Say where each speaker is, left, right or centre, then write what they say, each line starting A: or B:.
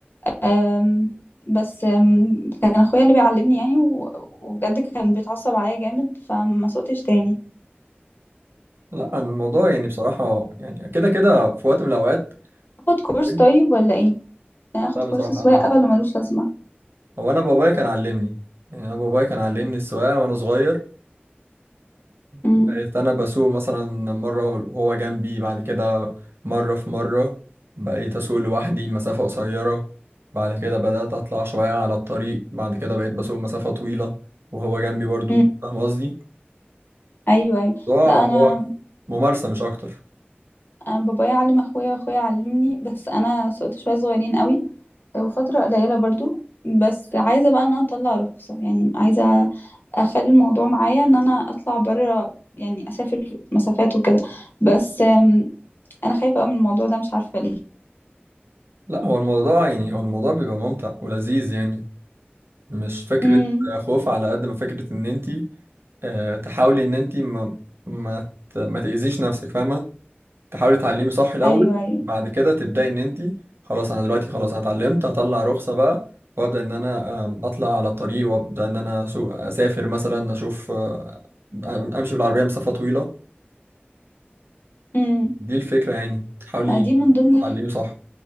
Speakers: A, on the left (about 55°); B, on the right (about 70°).
A: آم، بس آم، كان اخويا اللي بيعلمني يعني و- وبجد كان بيتعصب عليا جامد فما سقتش تاني
B: لا أنا الموضوع يعني بصراحة يعني كده كده في وقت من الاوقات
A: اخد كورس
B: كنت-
A: طيب ولا ايه يعني اخد
B: لا بصراحة
A: كورس سواقة
B: انا
A: ولا ملوش لازمة
B: هو انا بابايا كان علمني يعني انا بابايا كان علمني السواقة وانا صغير
A: مم.
B: بقيت انا بسوق مثلا مره وهو جنبي بعد كده مره في مره بقيت اسوق لوحدي مسافه قصيره بعد كده بدات اطلع شويه على الطريق بعد كده بقيت بسوق مسافه طويله وهو جنبي برضو
A: مم.
B: فاهم قصدي
A: ايوه ايوه
B: الموضوع
A: لا انا
B: هو ممارسه مش اكتر
A: انا بابايا علم اخويا واخويا علمني بس انا سقت شوية صغيرين قوي وفترة قليلة برضو بس عايزة بقى ان انا اطلع رخصة يعني عايزة اخلي الموضوع معايا ان انا اطلع بره يعني اسافر مسافات وكده بس آم، انا خايفة قوي من الموضوع ده مش عارفة
B: لا هو الموضوع يعني هو الموضوع بيبقى ممتع ولذيذ يعني مش فكره
A: ليه
B: خوف على قد ما فكره ان انت آه، تحاولي ان انت ما ما ت- ما تاذيش نفسك فاهمه تحاولي تعلمي صح الاول
A: ايوه ايوه
B: بعد كده تبداي ان انت خلاص انا دلوقتي خلاص انا اتعلمت هطلع رخصه بقى وابدا ان انا آم، اطلع على الطريق وابدا ان انا أسوق اسافر مثلا اشوف آه، امشي بالعربيه مسافه طويله
A: امم
B: دي الفكره يعني تحاولي
A: ما دي من ضمن
B: تعلمي
A: الحاجات
B: صح